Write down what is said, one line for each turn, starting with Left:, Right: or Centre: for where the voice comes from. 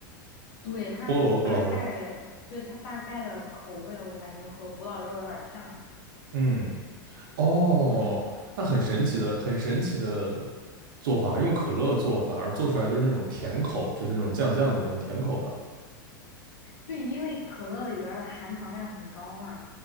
Left: 对，它大概，
Right: 菠萝古老肉。
Left: 对，它大概的口味，我感觉和古老肉有点像吧。
Right: 嗯，哦，
Left: 嗯，
Right: 那很神奇的，很神奇的做法，用可乐做，反而做出来就是那种甜口，就是那种酱酱的那种甜口的。
Left: 对，因为可乐里边儿的含糖量很高嘛，